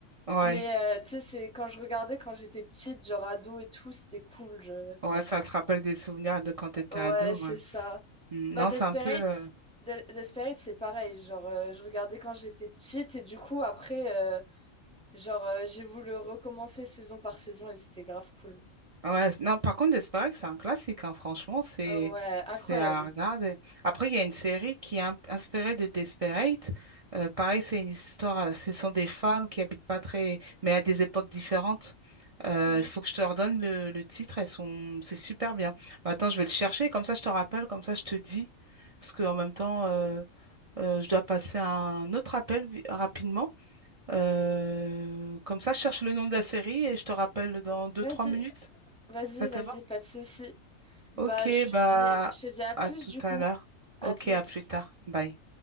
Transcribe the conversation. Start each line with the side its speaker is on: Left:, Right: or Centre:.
Right: Ouais.
Centre: Mais euh, tu sais, c'est quand je regardais quand j'étais petite, genre ado et tout, c'était cool. je-
Right: Ouais, ça te rappelle des souvenirs de quand t'étais
Centre: Ouais,
Right: ado.
Centre: c'est
Right: ouais.
Centre: ça.
Right: Mm,
Centre: Bah,
Right: Non,
Centre: Desperate,
Right: c'est un peu. euh,
Centre: De- Desperate, c'est pareil. Genre, euh, je regardais quand j'étais petite et du coup, après, euh, genre, euh, j'ai voulu recommencer saison par saison et c'était grave cool.
Right: Ouais, non, par contre, Desperate, c'est un classique, hein, Franchement, c'est
Centre: Euh, Ouais, incroyable.
Right: c'est à regarder. Après, il y a une série qui est un- inspirée de Desperate. Euh, pareil, c'est une histoire. euh, Ce sont des femmes qui habitent pas très. Mais à des époques différentes. Euh,
Centre: Mm.
Right: Il faut que je te redonne le, le titre. Elles sont... C'est super bien. Mais attends, je vais le chercher. Comme ça, je te rappelle. Comme ça, je te dis. Parce que en même temps, euh, euh, je dois passer un autre appel vi- rapidement. Euh, comme ça, je cherche le nom de la série et je te rappelle dans deux-trois
Centre: Vas-y,
Right: minutes.
Centre: vas-y,
Right: Ça te
Centre: vas-y,
Right: va?
Centre: pas de souci. Bah,
Right: Ok,
Centre: je te
Right: bah
Centre: dis, je te dis à plus
Right: à tout
Centre: du
Right: à
Centre: coup.
Right: l'heure.
Centre: À
Right: Ok,
Centre: toutes.
Right: à plus tard. Bye.